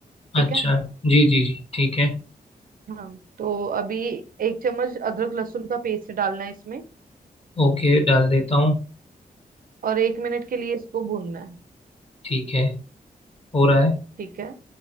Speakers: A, on the right; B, on the left.
A: ठीक
B: अच्छा
A: है
B: जी जी जी ठीक है
A: हाँ तो अभी एक चम्मच अदरक लहसुन का पेस्ट डालना है इसमें
B: ओके डाल देता हूँ
A: और एक मिनट के लिए इसको भूनना है
B: ठीक है हो रहा है
A: ठीक है